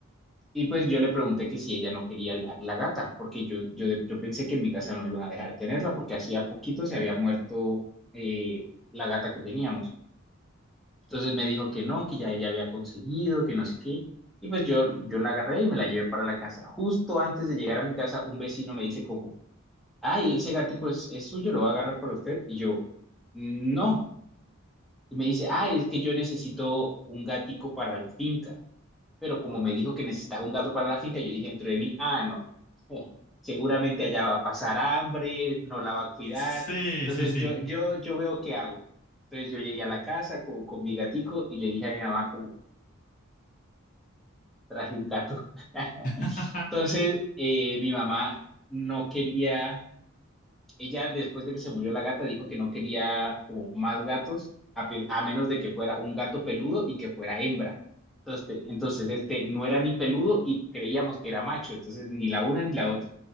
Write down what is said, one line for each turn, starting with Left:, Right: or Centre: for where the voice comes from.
Centre: Y pues yo le pregunté que si ella no quería la, la gata, porque yo, yo, de- yo pensé que en mi casa no iban a dejar tenerla, porque hacía poquito se había muerto eh, la gata que teníamos. Entonces me dijo que no, que ya ella había conseguido, que no sé qué. Y pues yo, yo la agarré y me la llevé para la casa. Justo antes de llegar a mi casa, un vecino me dice como, ay, ese gatico es, es suyo, lo va a agarrar para usted. Y yo, no. Y me dice, ay, es que yo necesito un gatico para la finca pero como me dijo que necesitaba un gato para la finca, yo dije dentro de mí, ah, no, eh, seguramente allá va a pasar hambre, no la va a cuidar.
Left: Sí,
Centre: Entonces
Left: sí, sí, sí.
Centre: yo, yo, yo veo qué hago. Entonces yo llegué a la casa con, con mi gatico y le dije a mi mamá como traje un gato. <laughs>
Left: Sí, <laughs>
Centre: Entonces eh, mi mamá no quería ella después de que se murió la gata dijo que no quería como más gatos, a, pe- a menos de que fuera un gato peludo y que fuera hembra. Entonces, te- entonces, este no era ni peludo y creíamos que era macho, entonces ni la una ni la otra.